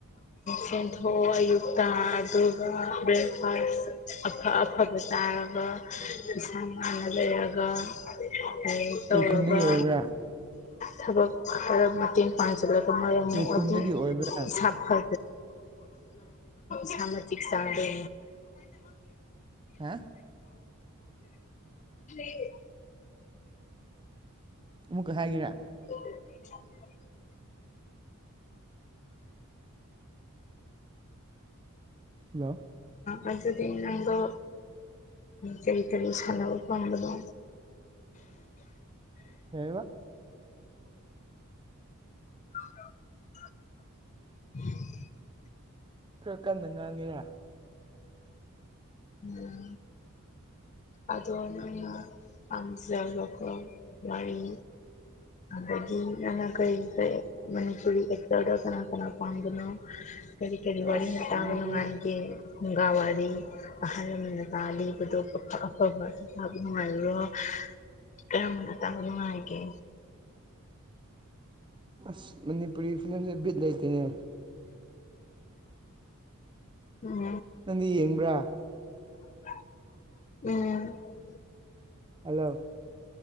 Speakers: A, on the left; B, on the right.
A: ꯁꯦꯟꯊꯣ ꯑꯌꯨꯛꯇ ꯑꯗꯨꯒ ꯕ꯭ꯔꯦꯛꯐꯥꯁ ꯑꯐ ꯑꯐꯕ ꯇꯥꯔꯒ ꯄꯁꯥ ꯉꯅꯥꯅ ꯂꯩꯔꯒ ꯑ
B: ꯀꯩ
A: ꯇꯧꯔꯒ
B: ꯈꯨꯟꯗꯒꯤ ꯑꯣꯏꯕ꯭ꯔꯥ
A: ꯊꯕꯛ ꯈꯔ ꯃꯇꯦꯡ ꯄꯥꯡꯁꯤꯜꯂꯒ ꯃꯔꯝꯑꯗꯤ
B: ꯀꯩ ꯈꯨꯟꯗꯒꯤ ꯑꯣꯏꯕ꯭ꯔꯥ
A: ꯏꯁꯥ ꯐ ꯁꯃꯇꯛ ꯁꯥꯗ
B: ꯍꯥ
A: <unintelligible>
B: ꯨꯀ ꯍꯥꯏꯒꯔ
A: <unintelligible>
B: ꯍꯜꯂꯣ
A: ꯎ ꯑꯗꯨꯗꯤ ꯅꯪꯗ ꯀꯔꯤ ꯀꯔꯤ ꯁꯥꯟꯅꯕ ꯄꯥꯝꯕꯅꯣ
B: ꯍꯕ
A: ꯑ ꯎꯝ
B: ꯈꯔ ꯀꯟꯅ ꯉꯥꯡꯉꯦꯔꯥ
A: ꯎꯝ ꯑꯗꯅ ꯑ ꯆꯦꯜ ꯂꯀ ꯃꯔꯤ ꯑꯗꯒꯤ ꯅꯅ ꯀꯔꯤ ꯀ ꯃꯅꯤꯄꯨꯔꯤ ꯑꯦꯛꯇꯔꯗ ꯀꯅꯥ ꯀꯅꯥ ꯄꯥꯝꯕꯅꯣ ꯀꯔꯤ ꯀꯔꯤ ꯋꯥꯔꯤꯅꯇꯥꯕ
B: ꯑꯁ ꯃꯅꯤꯄꯨꯔꯤ
A: ꯅꯨꯡꯉꯥꯏꯒꯦ ꯨꯡꯒꯥ ꯋꯥꯔꯤ ꯑꯍꯜ ꯂꯃꯅ ꯇꯥꯂꯤꯕꯗꯣ ꯑꯐ ꯑꯐꯕ ꯊꯞ ꯅꯨꯡꯉꯥꯏꯔꯨꯔꯣ ꯀꯔꯝꯕꯅ ꯇꯥ ꯅꯨꯡꯉꯥꯏꯒꯦ
B: ꯑꯁ ꯃꯅꯤꯄꯨꯔꯤ ꯐꯤꯂꯝ ꯤꯗ ꯂꯩꯇꯅꯦ
A: ꯎꯝ
B: ꯅꯪꯗꯤ ꯌꯦꯡꯕ꯭ꯔꯥ
A: ꯎꯝ
B: ꯍꯜꯂꯣ